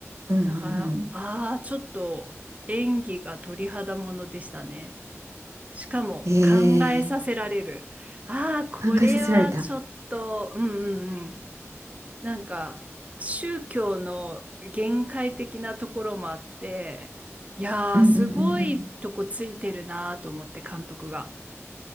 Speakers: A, on the right; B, on the right.
A: うんう
B: だから、
A: ん
B: ああ、ちょっと演技が鳥肌ものでしたね。しかも考えさせられる。
A: ええ
B: ああ、これはちょっと、
A: 考えさせられた
B: うんうんうん。なんか、宗教の限界的なところもあって、いやー、
A: うんうんうんうん
B: すごいとこついてるなーと思って、監督が。